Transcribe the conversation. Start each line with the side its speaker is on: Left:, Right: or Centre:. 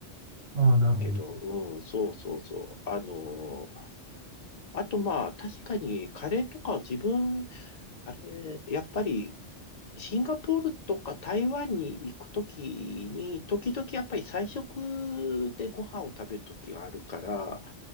Right: ああ、なるほど。
Left: けど、うん、そうそうそう。あの、あとまあ、確かにカレーとかは自分、あれ、やっぱりシンガポールとか台湾に行くときに、時々やっぱり菜食でご飯を食べるときがあるから、